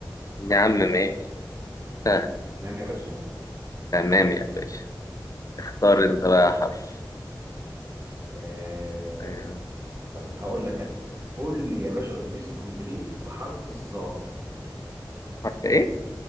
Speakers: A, on the left; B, on the right.
A: يا عم ماشي فاهم
B: تمام يا باشا
A: تمام يا باشا اختار أنت بقى
B: طيب
A: حرف
B: إيه
A: آه.
B: طيب هقول لك انا قول لي يا باشا اتوبيس كومبليت بحرف الظاء
A: حرف إيه؟